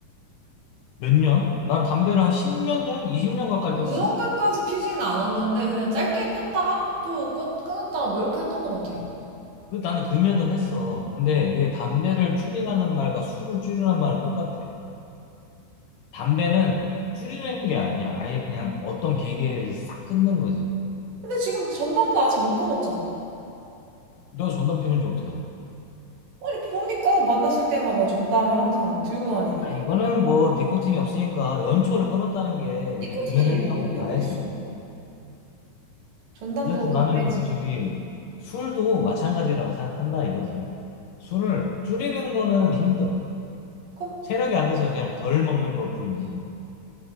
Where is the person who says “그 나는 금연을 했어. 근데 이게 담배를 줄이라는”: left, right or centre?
Left